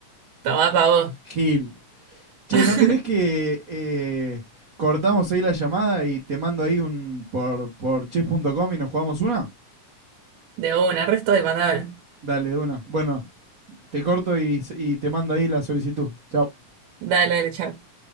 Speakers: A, on the right; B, on the right.
A: toma pa' vos.
B: Gil. Che,
A: <laughs>
B: ¿no querés que eh, cortamos ahí la llamada y te mando ahí un por, por chess.com y nos jugamos una?
A: De una, resto y mandame.
B: Dale, de una. Bueno, te corto y, y te mando ahí la solicitud. Chao.
A: Dale, dale, chao.